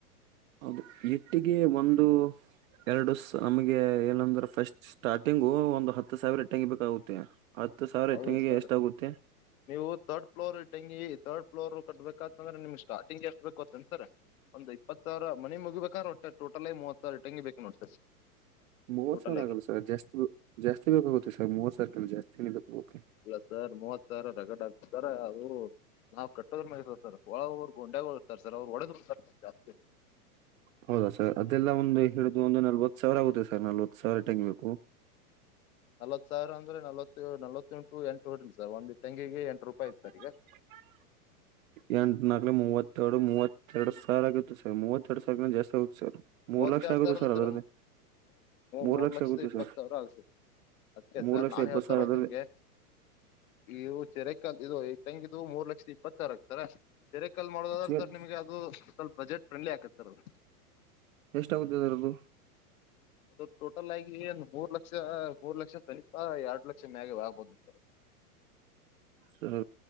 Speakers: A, on the right; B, on the left.
A: ಹೌದು ಇಟ್ಟಿಗೆ ಒಂದು ಎರಡು ಸಾ ನಮಗೆ ಏನಂದ್ರ ಫಸ್ಟ್. ಸ್ಟಾರ್ಟಿಂಗು ಒಂದು ಹತ್ತು ಸಾವಿರ ಇಟ್ಟಂಗಿ ಬೇಕಾಗುತ್ತೆ. ಹತ್ತು ಸಾವಿರ
B: ಹೌದು
A: ಇಟ್ಟಂಗಿಗೆ
B: ಸರ್
A: ಎಷ್ಟಾಗುತ್ತೆ
B: ನೀವು ಥರ್ಡ್ ಫ್ಲೋರ್ ಇಟ್ಟಂಗಿ ಥರ್ಡ್. ಫ್ಲೋರ್ ಕಟ್ಬೇಕ ಅಂತಂದ್ರೆ ನಿಮ್ಗೆ ಸ್ಟಾರ್ಟಿಂಗ್ ಎಷ್ಟ ಬೇಕ ಅಂತರ ಒಂದ್ ಇಪ್ಪತ್ತು ಸಾವಿರ ಮನಿ ಮುಗಿಬೇಕಾದ್ರೆ ಒಟ್ಟ. ಟೋಟಲ್ ಆಗಿ ಮೂವತ್ತು ಸಾವಿರ ಇಟ್ಟಂಗಿ ಬೇಕ ನೋಡ್ ಸರ್.
A: ಮೂವತ್
B: ಟೋಟಲ್
A: ಸರ
B: ಆಗಿ
A: ಆಗಲ್ಲ ಸರ್ ಜಾಸ್ತಿ ಜಾಸ್ತಿ ಬೇಕಾಗುತ್ತೆ ಸರ್ ಮೂವತ್ ಸಾವಿರ ಕಿನ ಜಾಸ್ತೇ ಬೇಕಗುತ್ತೆ.
B: ಇಲ್ಲ ಸರ್ ಮೂವತ್ ಸಾವಿರ ರಗಡ್ ಹಕ್ತತಾರ ಸಾರ್ ಅದು. ನಾವ್ ಕಟ್ಟೋದ್ರ ಮೇಲೆ ಇರುತೆ ಸರ್ ಒವರು ಗೊಂಡೆಗ ಹೋಗತಾರೆ ಸರ್ ಅವ್ರು ಒಡೆದುತ ಜಾಸ್ತಿ ಹೋಗ್ತಾವ.
A: ಹೌದಾ ಸರ್ ಅದೆಲ್ಲ ಒಂದು ಹಿಡಿದು ಒಂದು ನಲ್ವತ್ ಸಾವಿರ ಆಗುತ್ತೆ ಸರ್ ನಲ್ವತ್ ಸಾವಿರ ಇಟ್ಟಂಗಿ ಬೇಕು. <inaudible>
B: ನಲ್ವತ್ ಸಾವಿರ ಅಂದ್ರೆ ನಲವತ್ತು ನಲವತ್ತೆಂಟು ಎಂಟು ಓಡಿರಿ ಸರ್ ಒಂದ್ ಇಟ್ಟಂಗಿಗೆ ಎಂಟು
A: <unintelligible>
B: ರೂಪಾಯಿ ಐತ್ ಸರ್ ಈಗ
A: ಎಂಟ ನಾಕಲೆ ಮೂವತ್ತ. ಮೂವತ್ತೆರಡು ಮೂವತ್ತರಡು ಸಾವರ ಆಗುತ್ತೆ ಸರ್ ಮೂವತ್ತೆರಡು ಸಾವಿರ ಜಾಸ್ತಿ ಆಗುತ್ ಸರ್. ಮೂರ್
B: ಮೂವತ್ತೆರಡು
A: ಲಕ್ಷ ಆಗುತ್ತೆ
B: ಸಾವಿರ ಅಲ್ಲ ಸರ್
A: ಅದರದ್ದು ಮೂರ್
B: ಮೂರು
A: ಲಕ್ಷ
B: ಲಕ್ಷದ
A: ಆಗುತ್ತೆ
B: ಇಪ್ಪತ್
A: ಸರ್
B: ಸಾವಿರ ಆಗ ಅದ್ಕೆ
A: ಮೂರ್
B: ಸರ್
A: ಲಕ್ಷ
B: ನಾನ್
A: ಇಪ್ಪತ್
B: ಹೇಳ್ತಾರೋದು
A: ಸಾವಿರ ಅದ್ರದ್ದ
B: ನಿಮ್ಗೆ ಇವು ಚಿರೆ ಕಲ್ ಇದು ಇಟ್ಟಂಗಿದು ಮೂರ್ ಲಕ್ಷದ ಇಪ್ಪತ್ತು ಸಾವಿರ ಆಗ್ತಾದ ಸರ್. ಸೆರೆ ಕಲ್ ಮಾಡೋದಾದ್ರೆ
A: ಚೇರ್
B: ಸರ್ ನಿಮ್ಗೆ ಅದು ಸ್ವಲ್ಪ ಬಜೆಟ್ ಫ್ರೆಂಡ್ಲಿ ಆಕತ್ತ ಸರ್ ಅದು.
A: ಎಷ್ಟಾಗುತ್ತದ್ ಅದ್ರುದು.
B: ಅದು ಟೋಟಲ್ ಆಗಿ ಏಮೂರ್ ಲಕ್ಷ ಮೂರು ಲಕ್ಷ ಸನಿಪ ಎರಡು ಲಕ್ಷ ಮ್ಯಾಗೆ ಒಳಗ ಬರ್ತದ ಸರ್ ಅದು.
A: ಸರ್